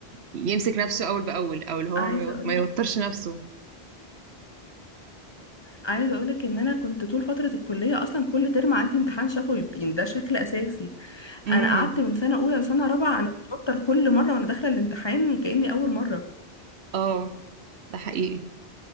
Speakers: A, on the right; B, on the left.
A: يمسك نفسه أول بأول أو اللي هو
B: عايزه
A: ما يو-
B: اقول
A: ما يوترش نفسه
B: عايزه اقولك ان انا كنت طول فتره الكليه اصلا كل ترم عندي امتحان شفوي يبقى ده شكل اساسي
A: امم
B: انا قعدت من سنه اولى لسنه رابعه انا بتوتر كل مره وانا داخله الامتحان كاني اول مره
A: اه ده حقيقي